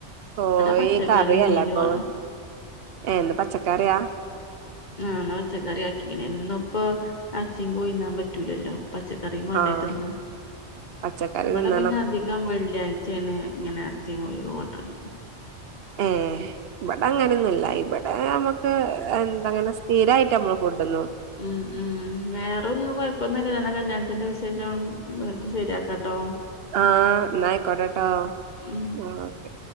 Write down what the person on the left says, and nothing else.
പച്ചക്കറി
മീനു
ആണ്
ആഹ് ന്ന് പച്ചക്കറി ആക്കിണ് എന്നുപ്പൊ എർച്ചി കോയിന്നാ പറ്റൂലല്ലോ പച്ച കറി മണ്ടേ
തിന്നാ
ഇവടെ
പിന്നെ അധികം വെള്ളിയാഴ്ച്ചേണ് ഇങ്ങനെ എർച്ചി കോയി ഉം കൊണ്ടെര്ല്
ഉം ഉം വേറെ ന്നും കൊയപ്പമൊന്നും ഇല്ലല്ലോ എന്ന കല്യാൺത്തിന്റെ വിശേഷങ്ങളും നിക് ശരിയാക്കട്ടോ
ഉം